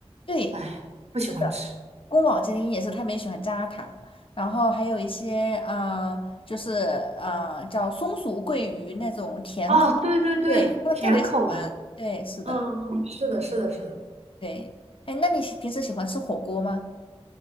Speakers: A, on the left; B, on the right.
A: 对，
B: 哎，不喜欢吃。
A: 是的。宫保鸡丁也是他们也喜欢加糖，然后还有一些呃，就是呃叫松鼠桂鱼那种甜口，
B: 哦，对对对，
A: 对，他们特别喜欢。
B: 甜口的，
A: 对，是的，
B: 嗯嗯，是的，是的，是的，
A: 对。哎，那你喜平时喜欢吃火锅吗？